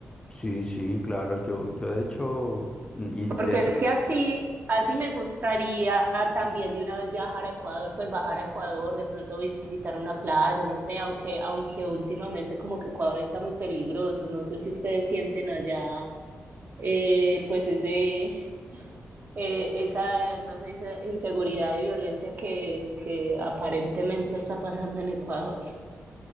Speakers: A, on the left; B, on the right.
A: sí, sí, claro, yo, yo de hecho, y de
B: Porque
A: hecho
B: es que así, así me gustaría también de una vez viajar a Ecuador, pues bajar a Ecuador, de pronto visitar una playa, no sé, aunque, aunque últimamente como que Ecuador está muy peligroso, no sé si ustedes sienten allá, eh, pues ese, eh, esa, no sé, esa inseguridad y violencia que, que aparentemente está pasando en Ecuador.